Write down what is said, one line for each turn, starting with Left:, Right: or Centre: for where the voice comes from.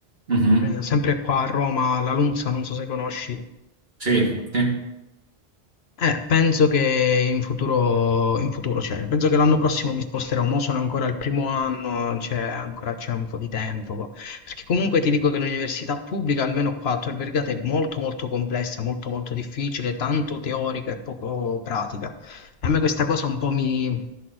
Right: Mhm.
Left: eh, sempre qua a Roma, alla Lunza, non so se conosci.
Right: Sì, sì,
Left: Eh, penso che in futuro, in futuro, cioè, penso che l'anno prossimo mi sposterò, mo sono ancora al primo anno, cioè, ancora c'è un po' di tempo, perché comunque ti dico che l'università pubblica, almeno qua a Tor Vergata, è molto molto complessa, molto molto difficile, tanto teorica e poco pratica. E a me questa cosa un po' mi